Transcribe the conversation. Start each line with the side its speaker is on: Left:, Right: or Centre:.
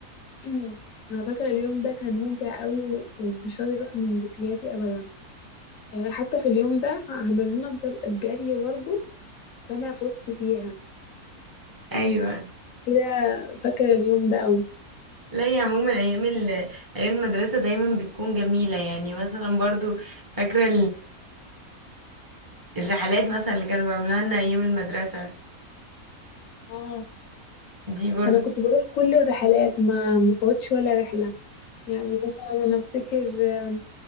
Left: <clears throat> انا فاكره اليوم ده كان ممتع قوي و- ومش راضي يروح من ذكرياتي ابدا آه، حتى في اليوم ده عملوا لنا مسابقه جري برضه فانا فزت فيها
Right: ايوه
Left: كده فاكره اليوم ده قوي
Right: لا يا عموما ايام ال- ايام المدرسة دايما بتكون جميلة يعني مثلا برضو فاكرة الرحلات مثلا اللي كانوا بيعملوها لنا ايام المدرسة
Left: اه
Right: دي برضو
Left: انا كنت بروح كل الرحلات ما مفوتش ولا رحله يعني مثلا انا افتكر آه،